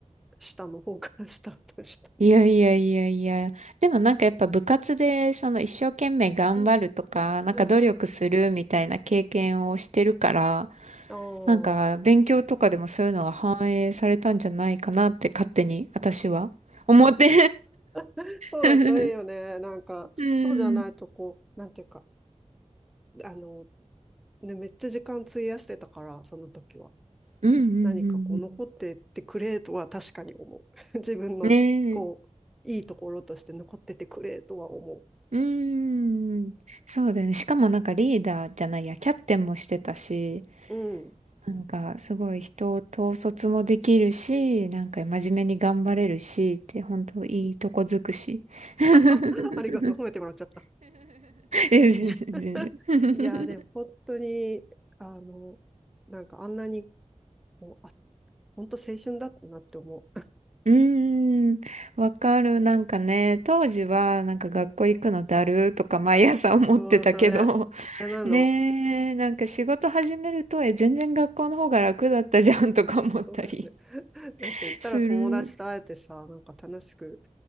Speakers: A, in the centre; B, on the right.
A: 下の方から <laughs> スタートした。
B: いやいやいやいや。でもなんかやっぱ部活で、その一生懸命頑張るとか、
A: うん、
B: なんか努力するみたいな経験をしてるから、
A: うん。ああ。
B: なんか、勉強とかでもそういうのが反映されたんじゃないかなって勝手に私は思って。
A: <laughs> そうだといいよね。
B: <laughs> う
A: なんか、
B: ん。
A: そうじゃないと、こう、なんていうか、あの、ね、めっちゃ時間費やしてたから、その時は。
B: うんうんうん
A: 何かこう残ってってくれとは確かに思う。<laughs> 自分のこう、
B: うん。ねえ。
A: いいところとして残っててくれとは思
B: うん。そうだよね。しかもなんかリーダーじゃないや、キャプテンもしてたし、
A: う。うん。
B: なんかすごい人を統率もできるし、なんか真面目に頑張れるし、って本当いいとこづくし。<laughs>
A: <laughs> あ、ありがとう。褒めてもらっちゃった。
B: いや全然
A: <laughs> いや、
B: 全然
A: いやでも本当に、あの、なんかあんなに、もう、あ、本当青春だったなって思う。
B: うーん、わかる。なんかね、当時はなんか学校行くのだるとか毎朝思ってたけど、
A: <laughs> そう、それ、それなの。
B: ねえ、なんか仕事始めると、え、全然学校の方が楽だったじゃんとか思ったり
A: <laughs> そうだよね。<laughs>
B: <laughs>
A: だって言ったら友達と会えてさ、
B: する。
A: なんか楽しく、